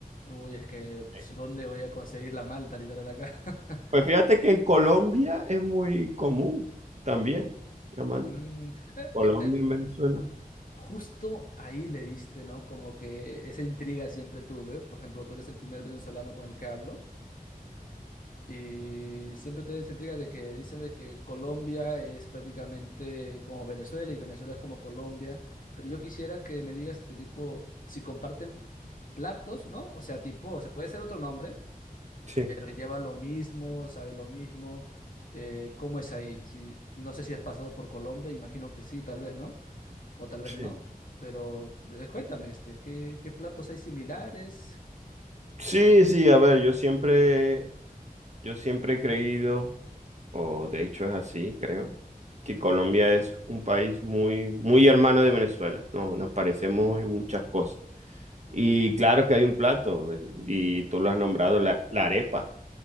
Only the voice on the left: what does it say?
uy, es que
¿dónde voy a conseguir la malta literal acá? <laughs>
Mm, eh,
eh, eh,
Justo ahí le diste, ¿no? Como que esa intriga siempre tuve. Por ejemplo, tú eres el primer venezolano con el que hablo. Y siempre tuve esa intriga de que dicen de que Colombia es prácticamente como Venezuela y Venezuela es como Colombia. Pero yo quisiera que me digas que tipo, si comparten platos, ¿no? O sea, tipo, se puede ser otro nombre,
pero lleva lo mismo, sabe lo mismo. Eh, ¿cómo es ahí? Si, no sé si has pasado por Colombia, imagino que sí, tal vez, ¿no? o tal vez
no, pero eh, cuéntame, este, ¿qué, qué platos hay similares?